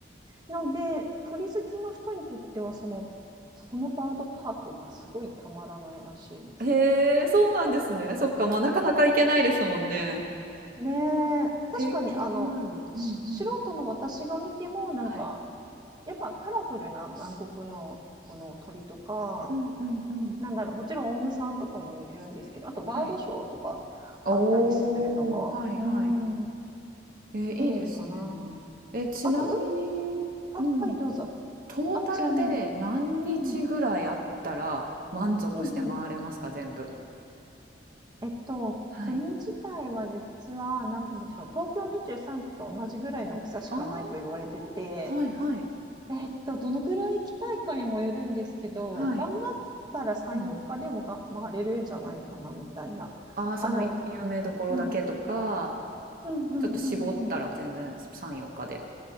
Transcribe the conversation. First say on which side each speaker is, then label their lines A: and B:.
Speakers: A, on the right; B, on the right.
A: なので、鳥好きの人にとっては、その、そのバードパークがすごいたまらないらしいです。
B: へえ、そうなんですね。そっか、まあ、なかなか行けないですもんね。
A: ねえ、確かにあの、
B: えー、気になる。
A: し素人の私が見ても、
B: うんうん。
A: なんか、
B: はい。
A: やっぱカラフルな南国のこの鳥とか、
B: うんうんうん。
A: なんだろう、もちろんオウムさんとかもいるんですけど、あとバードショーとかあったりするのが、
B: はい。おお、はいはい。
A: うーん、
B: えー、
A: 綺麗かな。
B: いいですね。え、ちなみに、
A: あと海、あ、
B: うん、
A: はい、どうぞ。
B: トータルで何日ぐらいあったら満足して回れますか、
A: あ、ちなみに。うんうん、うんうん。
B: 全部。
A: えっと、
B: はい。
A: 国自体は実は、なんでしょう、東京23区と同じぐらいの大きさしかないと言われてて、
B: ああ、はいはい
A: えっと、どのぐらい行きたいかにもよるんですけど、
B: はい。
A: 頑張ったら3、
B: うん。
A: 4日でもが回れるんじゃないかな、みたいな。
B: ああ、その有名どころだけとか、
A: あの、うん、うん、うん、
B: ちょっと絞ったら全然3、
A: うん、
B: 4日で